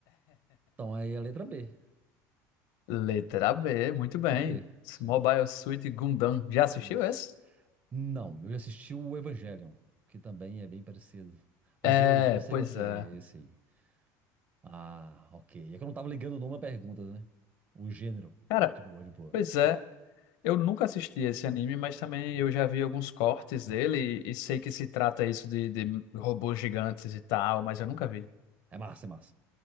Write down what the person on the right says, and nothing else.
Então aí é a letra B.
Letra
B, sim.
Isso.
Não, eu já assisti o Evangelion, que também é bem parecido. Mas
eu, eu sei
qual que
é esse aí. Ah, ok. É que eu não tava ligando o nome à pergunta, né? O gênero.
Ah, de boa, de boa.
É massa, é massa.